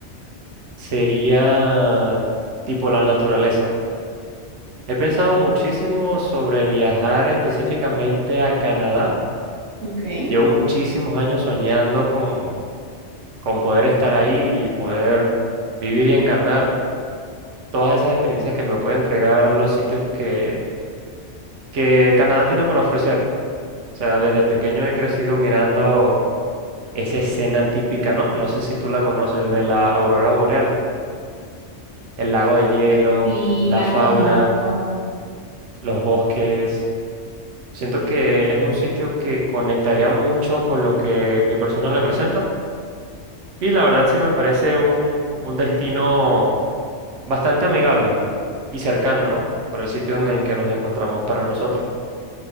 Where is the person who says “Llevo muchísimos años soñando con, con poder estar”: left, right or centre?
Right